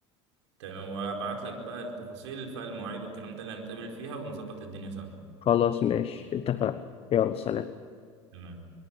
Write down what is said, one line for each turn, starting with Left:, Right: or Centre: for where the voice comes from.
Right: تمام وابعت لك بقى التفاصيل فالمواعيد والكلام ده اللي هنتقابل فيها ونظبط الدنيا سوا
Left: خلاص ماشي اتفقنا يلا سلام
Right: تمام